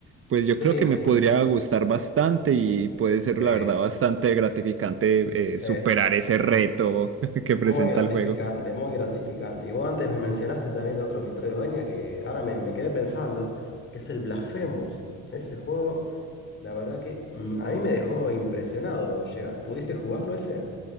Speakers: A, on the right (about 45°); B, on the left (about 40°).
A: pues yo
B: Sí,
A: creo que me
B: sí,
A: podría gustar bastante y puede ser,
B: sí.
A: la verdad, bastante gratificante eh, superar
B: Es
A: ese reto <laughs> que presenta
B: muy gratificante,
A: el juego.
B: muy gratificante. Y vos antes me mencionaste también de otro Metroidvania que ahora me, me quedé pensando, que es el Blasphemous. Ese juego, la verdad que mm, a mí me dejó impresionado. Llega- ¿Pudiste jugarlo ese?